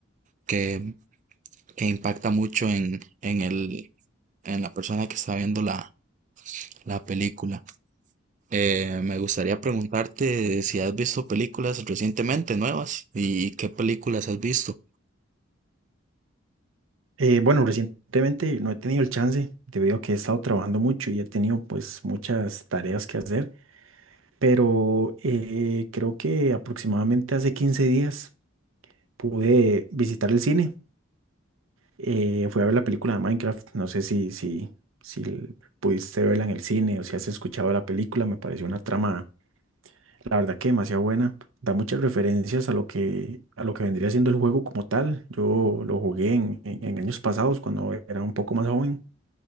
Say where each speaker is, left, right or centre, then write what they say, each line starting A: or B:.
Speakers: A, on the right; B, on the right.
A: que, que impacta mucho en, en el, en la persona que está viendo la, la película. Eh, me gustaría preguntarte si has visto películas recientemente nuevas y qué películas has visto.
B: Eh, bueno, recientemente no he tenido el chance debido a que he estado trabajando mucho y he tenido pues muchas tareas que hacer, pero eh, creo que aproximadamente hace 15 días pude visitar el cine. Eh, fui a ver la película de Minecraft, no sé si, si, si l- pudiste verla en el cine o si has escuchado la película, me pareció una trama, la verdad que demasiado buena. Da muchas referencias a lo que, a lo que vendría siendo el juego como tal. Yo lo jugué en en- en años pasados cuando era un poco más joven.